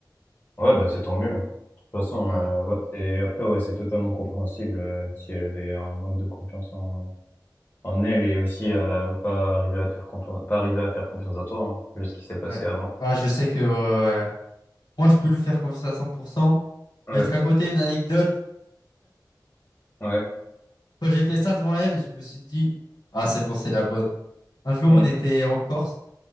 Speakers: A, on the left; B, on the left.
A: Ouais, bah c'est tant mieux. hein. De toute façon,
B: Ouais.
A: euh, ouais, c'est- après, ouais, c'est totalement compréhensible euh, si elle avait un manque de confiance en En elle est aussi euh, pas arrivé à te faire confiance, pas arrivé à faire confiance à toi, hein, vu ce qui s'est passé
B: Ouais.
A: avant.
B: Bah, je sais que euh, moi, je peux lui faire confiance à cent pour cent
A: Ouais,
B: Je vais te raconter une anecdote.
A: ouais,
B: <laughs> Quand j'ai fait ça devant elle, je me suis dit, ah, c'est bon, c'est la bonne. Un jour,
A: mm,
B: on était en Corse,